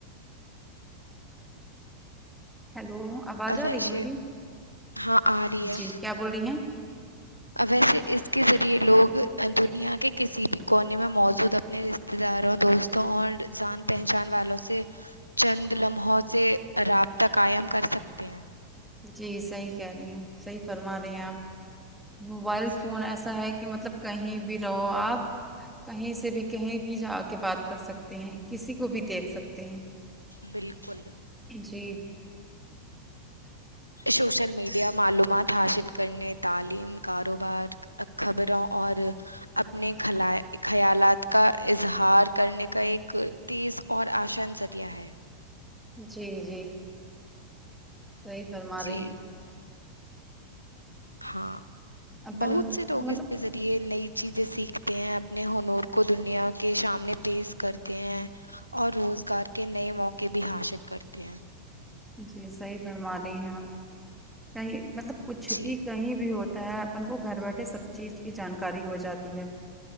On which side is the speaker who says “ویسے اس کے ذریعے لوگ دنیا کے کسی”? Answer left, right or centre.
Left